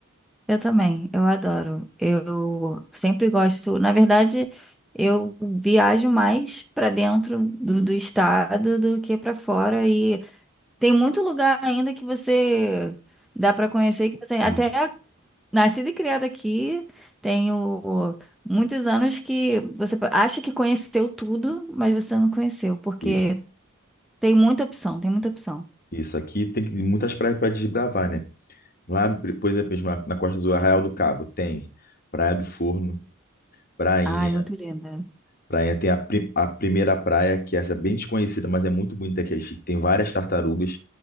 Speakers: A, in the centre; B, on the left.
A: Eu também, eu adoro. Eu sempre gosto. Na verdade, eu viajo mais para dentro do, do estado do que para fora. E tem muito lugar ainda que você dá para conhecer, que você até
B: E,
A: nascida e criada aqui, tenho muitos anos que você acha que conheceu tudo, mas você não conheceu, porque
B: e-
A: tem muita opção, tem muita opção.
B: isso aqui tem que- muitas praias para desbravar, né? Lá, por exemplo, na, na Costa do Arraial do Cabo, tem Praia do Forno, Prainha.
A: Ai, muito linda.
B: Praia tem a, pri- a primeira praia, que essa é bem desconhecida, mas é muito bonita, que é chique. Tem várias tartarugas.